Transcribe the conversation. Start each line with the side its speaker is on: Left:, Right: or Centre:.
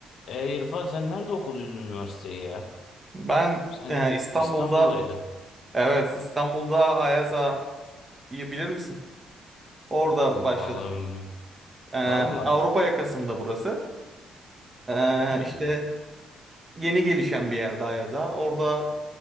Left: E İrfan sen nerede okuduydun üniversiteyi ya?
Right: Ben
Left: Sanki
Right: e, İstanbul'da
Left: İstanbul'daydı.
Right: evet İstanbul'da Ayaza iyi bilir misin? Orada
Left: Yok
Right: başladım.
Left: vallahi bilmiyorum.
Right: E,
Left: Vallahi.
Right: Avrupa yakasında burası. E,
Left: He.
Right: işte yeni gelişen bir yerde Ayaza. Orada